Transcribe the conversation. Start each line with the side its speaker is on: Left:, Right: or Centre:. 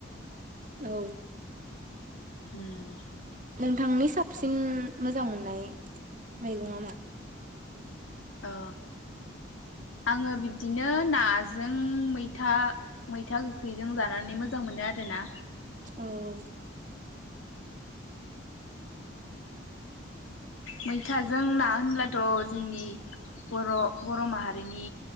Right: औ
Left: उम
Right: नोंथांनि साबसंसिन मोजां मोननाय मैगंआ मा
Left: ओ आङो बिब्दिनो नाजों मैथा मैथा गोखैजों जानानै मोजां मोनो आरोना
Right: औ औ
Left: मैथाजों ना होनब्लाथ' जोंनि बर' बर' माहारिनि